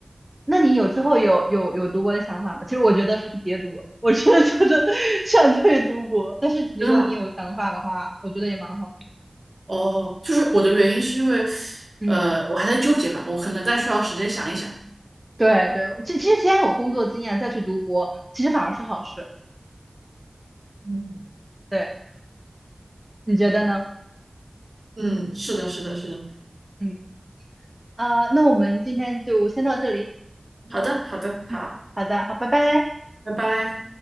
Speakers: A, on the right; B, on the right.
A: 那你有之后有有有读博的想法吗？其实我觉得还是别读了，我真的觉得 <laughs> 劝退读博。但是如果你有想法的话，
B: 真的吗？
A: 我觉得也蛮好。
B: 哦，就是我的原因是因为，
A: 嗯，
B: 呃，我还在纠结吧，我可能再需要时间想一想。
A: 对对，其其实先有工作经验再去读博，其实反而是好事。
B: 嗯
A: 对，你觉得呢？
B: 嗯，是的，是的，是的。
A: 嗯啊，那我们今天就先到这里。
B: 好的，好的，好，
A: 嗯，好的，好，拜拜。
B: 拜拜。